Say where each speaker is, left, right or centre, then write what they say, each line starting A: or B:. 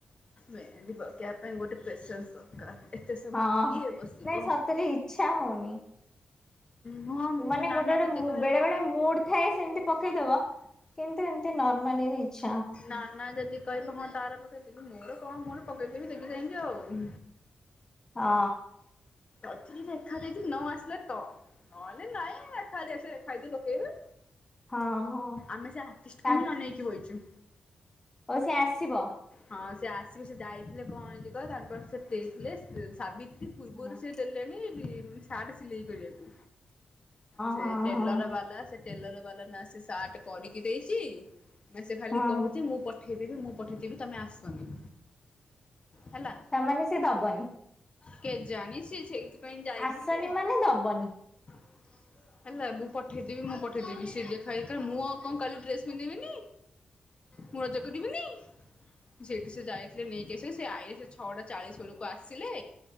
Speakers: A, on the left; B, on the left.
A: ମେହେନ୍ଦୀ ପକେଇବା ପାଇଁ ଗୋଟେ ପେସେନ୍ସ ଦରକାର। ଏତେ ସମୟ
B: ହଁ
A: କିଏ ବସିବ।
B: ନାଇଁ ସତରେ ଇଚ୍ଛା ହଉନି।
A: ହଁ ମୁଁ
B: ମାନେ
A: ନାନା
B: ଗୋଟେ ଗୋଟେ
A: ଯଦି କହିବ
B: ବେଳେ ବେଳେ ମୁଡ ଥାଏ ସେମିତି ପକେଇଦବ। କିନ୍ତୁ ଏମିତି ନର୍ମାଲି ହେଇଛି।
A: ନା ନା ଯଦି କହିବ କଣ ତାର ପକେଇଦେବି ମୋର କଣ ମୋର ପକେଇଦେବି ଦେଖି ଯାଇକି ଆଉ
B: ହଁ।
A: ଅଛି ଦେଖା ଦେଖି ନ ଆସିଲେ ତ ନହଲେ ନାଇଁ ଖା <unintelligible> ପକେଇବେ।
B: ହଁ ହଁ।
A: ଆମେ ସେ ଆର୍ଟିଷ୍ଟକୁ
B: ତା
A: ହିଁ ଅନେଇକି ବଇଛୁ।
B: ଓ ସେ ଆସିବ?
A: ହଁ ସେ ସେ ଯାଇଥିଲେ କଣ ହେଇଛି କହିଲ ସେ ସେ <unintelligible> ସାବି ପୂର୍ବରୁ
B: ହଁ
A: ଦେଲେଣି ସାର୍ଟ ସିଲେଇ କରିବାକୁ। ସେ
B: ହଁ
A: ଟେଲର
B: ହଁ
A: ବାଲା ସେ ଟେଲର ବାଲା ନା ସେ ସାର୍ଟ କରିକି ଦେଇଛି। ମ ସେ ଖାଲି
B: ହଁ
A: କହୁଛି ମୁଁ ପଠେଇଦେବି ମୁଁ ପଠେଇଦେବି ତମେ ଆସନି। ହେଲା।
B: ତାମାନେ ସେ ଦବନି।
A: କେଜାଣି ସିଏ ସେଇଥିପାଇଁ ଯାଇଥିଲେ।
B: ଆସନି ମାନେ ଦବନି।
A: ହେଲା ମୁଁ ପଠେଇଦେବି ମୁଁ ପଠେଇଦବି ସେ ଦେଖା ମୁଁ ଆଉ କଣ କାଲି ଡ୍ରେସ ପିନ୍ଧିବିନି। ମୁଁ ରଜ କରିବିନି ସେଇଠି ସେ ଯାଇଛି ସେ ନେଇକି ଆସେସ ସେ <unintelligible> ଛଅଟା ଚାଳିଶ ବେଳକୁ ଆସିିଲେ